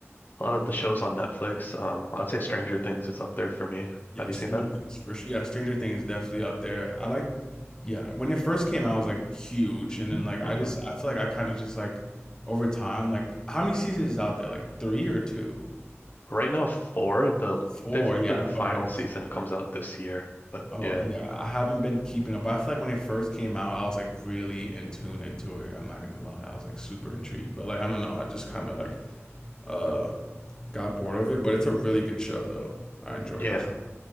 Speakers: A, on the left; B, on the left.
A: a lot of the shows on Netflix. Um, I'd say Stranger Things is up there for me.
B: Yeah,
A: Have you
B: Stranger
A: seen that?
B: Things for sure. Yeah, Stranger Things definitely up there. I like, yeah, when it first came out, it was like huge, and then like I
A: Mm-hmm.
B: just I feel like I kind of just like over time, like how many seasons is out there? Like three or two,
A: Right now, four, the
B: four?
A: fifth
B: Yeah,
A: and final
B: okay.
A: season comes out this year. But
B: Oh
A: yeah,
B: yeah, I haven't been keeping up. But I feel like when it first came out, I was like really in tune into it. I'm not gonna lie, I was like super intrigued. But like I don't know, I just kind of like uh got bored of it, but it's a really good show though. I enjoy
A: yeah,
B: that. Show.